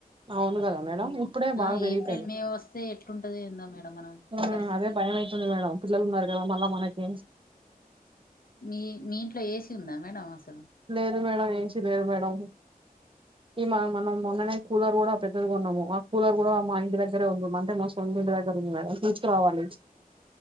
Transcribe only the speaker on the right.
అవును
కదా మేడం ఇప్పుడే బాగా
పెరిగిపోయింది
ఉమ్
అదే భయం అయితుంది మేడం పిల్లలు ఉన్నారు కదా మళ్ళా మనకి
లేదు మేడం ఏసి లేదు మేడం ఈ మ మనం మొన్ననే కూలర్ కూడా పెద్దది ఉన్నము ఆ కూలర్ కూడా మా ఇంటి దగ్గరే ఉంది అంటే మా సొంతింటి దగ్గ ర ఉంది మేడం తీసుకురావాలి